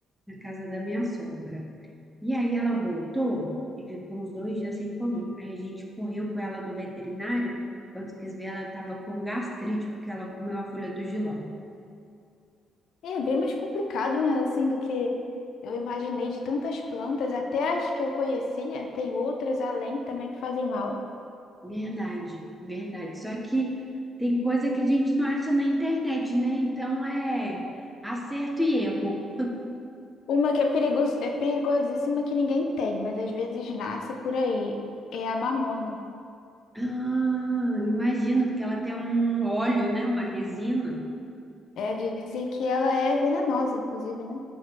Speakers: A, in the centre; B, on the left (about 75°).
A: Na casa da minha sogra. E aí ela voltou e ficou uns dois dias sem comer. Aí a gente correu com ela no veterinário. Quando quis ver, ela estava com gastrite, porque ela comeu a folha do jiló.
B: E É bem mais complicado, né? Assim, do que eu imaginei de tantas plantas, até as que eu conhecia, tem outras além também que fazem mal.
A: Verdade, verdade. Só que tem coisa que a gente não acha na internet, né? Então é acerto e erro.
B: Uma que é perigoso, é perigosíssima que ninguém tem, mas às vezes nasce por aí. É a mamona.
A: Ah, imagino, porque ela tem um óleo, né? Uma resina.
B: É, dizem que ela é venenosa, inclusive, né?